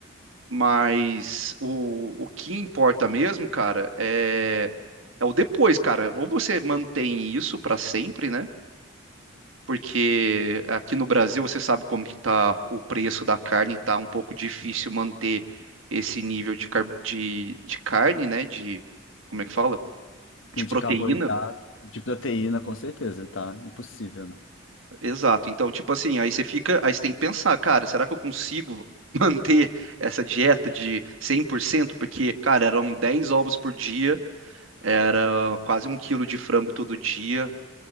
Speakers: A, on the right; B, on the left.
A: Mas o, o que importa mesmo, cara, é, é o depois, cara. Ou você mantém isso pra sempre, né? Porque aqui no Brasil você sabe como que tá o preço da carne, tá um pouco difícil manter esse nível de, car- de, de carne, né? De, como é que fala? De
B: Sim,
A: proteína.
B: de carboidrato, de proteína, com certeza, tá? Impossível, né?
A: Exato. Então, tipo assim, aí você fica, aí você tem que pensar, cara, será que eu consigo <laughs> manter essa dieta de 100%? Porque, cara, eram 10 ovos por dia Era quase um quilo de frango todo dia.